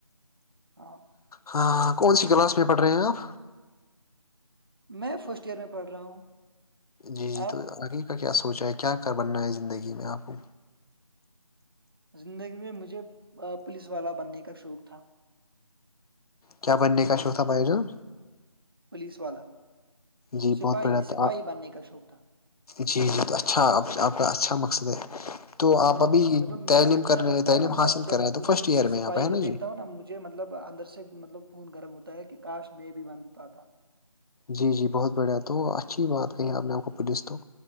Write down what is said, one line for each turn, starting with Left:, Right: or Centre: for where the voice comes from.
Right: ہاں
Left: ہاں کون سی کلاس میں پڑھ رہے ہیں آپ
Right: میں فرسٹ ایئر میں پڑھ رہا ہوں
Left: جی جی
Right: آپ
Left: تو آگے کا کیا سوچا ہے کیا کر بننا ہے زندگی میں آپ کو
Right: زندگی میں مجھے پولیس والا بننے کا شوق تھا
Left: کیا بننے کا چوت تھا بائی جان
Right: پولیس والا
Left: جی
Right: سپاہی
Left: بہت بڑا
Right: سپاہی
Left: تھا
Right: بننے کا شوق تھا
Left: جی جی تو اچھا آپ کا اچھا مقصد ہے تو آپ
Right: ہاں
Left: ابھی
Right: مطلب
Left: تعلیم
Right: مجھے اچھا
Left: کر رہے
Right: لگتا
Left: ہیں، تعلیم
Right: ہے نا مطلب
Left: حاصل
Right: جب
Left: کر رہے ہیں تو فرسٹ
Right: جب کسی
Left: ایئر میں
Right: سپاہی
Left: آپ ہے
Right: کو دھتا
Left: جی
Right: ہو نا مجھ مطلب اندر سے مطلب خون گرم ہوتا ہے کہ کاش میں بھی بند پاتا
Left: جی جی بہت بڑھیا تو اچھی بات
Right: ہوں.
Left: کہی آپ نے آپ کو پولیس تو